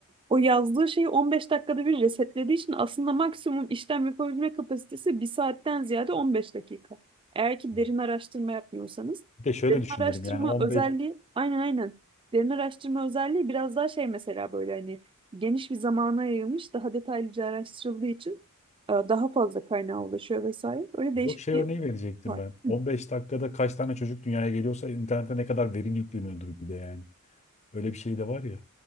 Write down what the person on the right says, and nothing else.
o yazdığı şeyi 15 dakikada bir resetlediği için aslında maksimum işlem yapabilme kapasitesi bir saatten ziyade 15 dakika. Eğer ki
derin araştırma yapmıyorsanız.
Derin
araştırma
özelliği aynen aynen. Derin araştırma özelliği biraz daha şey mesela böyle hani geniş bir zamana yayılmış daha detaylıca araştırıldığı için e, daha fazla kaynağa ulaşıyor vesaire. Öyle değişik
bir
şey
var.
Hı.